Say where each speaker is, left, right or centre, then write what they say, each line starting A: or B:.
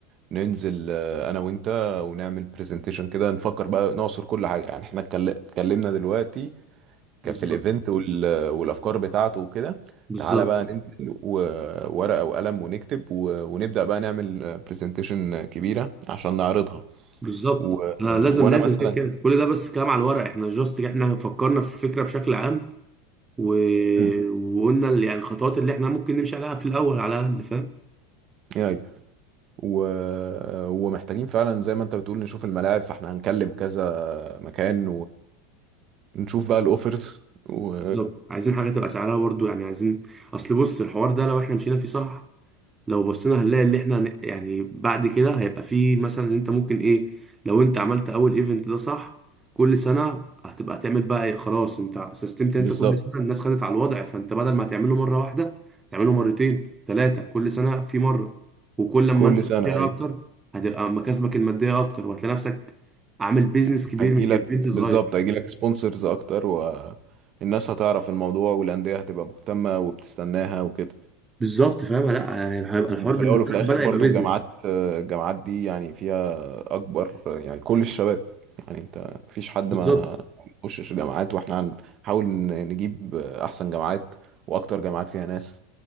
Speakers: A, on the right (about 45°); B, on the right (about 20°).
A: ننزل آه، انا وانت ونعمل برزنتيشن كده نفكر بقى نعصر كل حاجة يعني احنا اتكل- اتكلمنا دلوقتي
B: بالظبط
A: كان في الايفنت وال... والافكار بتاعته وكده
B: بالظبط
A: تعالى بقى ننزل وورقة وقلم ونكتب و... ونبدأ بقى نعمل برزنتيشن كبيرة عشان نعرضها
B: بالظبط
A: و...
B: آه لازم
A: وانا
B: لازم
A: مثلا
B: كده كده كل ده بس كلام على الورق احنا جاست احنا فكرنا في الفكره بشكل عام و...
A: مم.
B: وقلنا اللي- يعني الخطوات اللي احنا ممكن نمشي عليها في الاول على الاقل فاهم
A: ايوه و... ومحتاجين فعلا زي ما انت بتقول نشوف الملاعب فاحنا هنكلم كذا مكان ونشوف بقى الاوفرز و...
B: بالظبط عايزين حاجه تبقى سعرها برضو يعني عايزين اصل بص الحوار ده لو احنا مشينا فيه صح لو بصينا هنلاقي اللي احنا هن- يعني بعد كده هيبقى فيه مثلا ان انت ممكن ايه لو انت عملت اول ايفنت ده صح كل سنة هتبقى تعمل بقى ايه خلاص انت سيستمت انت
A: بالظبط
B: كل سنة الناس خدت على الوضع فانت بدل ما تعمله مرة واحدة تعمله مرتين ثلاثة كل سنة في مرة وكل لما
A: كل
B: انت
A: سنة
B: تشتري
A: ايوه
B: اكتر هتبقى مكاسبك المادية اكتر وهتلاقي نفسك عامل بيزنس كبير
A: هيجي
B: من
A: لك
B: ايفنت صغير
A: بالظبط هيجي لك سبونسرز اكتر والناس هتعرف الموضوع والاندية هتبقى مهتمة وبتستناها وكده
B: بالظبط فاهم لا يعني هيبقى الحوار
A: ده في
B: بالنسبة
A: الاول وفي الاخر
B: لك بدأ
A: برضو
B: يبقى بيزنس
A: الجامعات الجامعات دي يعني فيها اكبر يعني كل الشباب يعني انت مفيش حد
B: بالظبط
A: ما يخشش جامعات واحنا هنحاول ن- نجيب احسن جامعات واكتر جامعات فيها ناس